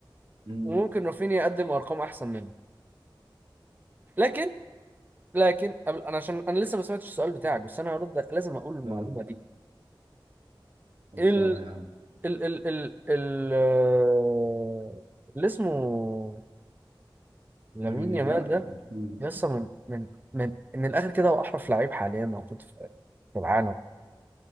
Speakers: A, on the right; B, on the right.
A: أمم.
B: وممكن رافينيا يقدم ارقام احسن منه لكن لكن قبل- انا عشان انا لسه ما سمعتش السؤال بتاعك بس انا هرد لازم اقول المعلومه
A: اه
B: دي
A: خلصانه
B: ال
A: يا عم
B: ال ال ال ال آه، اللي اسمه لامين
A: لامين يامال
B: يامال ده
A: <laughs> دلفين.
B: لسه من من من من الاخر كده هو احرف لعيب حاليا موجود في في العالم